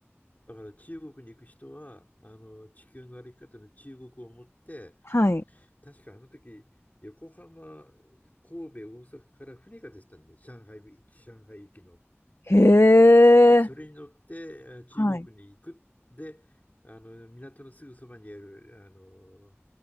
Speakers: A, on the left (about 35°); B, on the left (about 65°).
A: だから中国に行く人は、あの地球の歩き方の中国を持って、
B: はい。
A: 確かあの時、横浜、神戸、大阪から船が出てたんで、上海、上海行きの。
B: へ
A: それに乗ってあ中国に行く。
B: え。はい。
A: で、あの港のすぐそばにあるあの